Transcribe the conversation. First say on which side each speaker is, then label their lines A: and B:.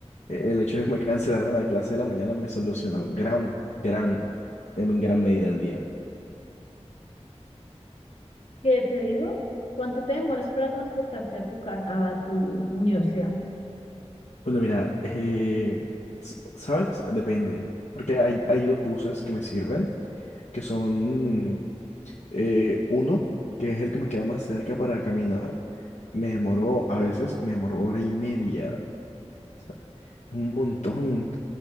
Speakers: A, on the left (about 80°); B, on the left (about 65°).
A: E- El hecho de que me <laughs> cancelaran la clase de la mañana me solucionó gran, gran, en gran medida el día.
B: ¿Qué te digo? ¿Cuánto te demoras para transportarte a tu casa, a tu universidad?
A: Bueno, mira, eh, s- ¿sabes? Depende. Porque hay, hay dos buses que me sirven, que son eh, uno, que es el que me queda más cerca para caminar. Me demoró, a veces me demoró hora y media sea, es un montón.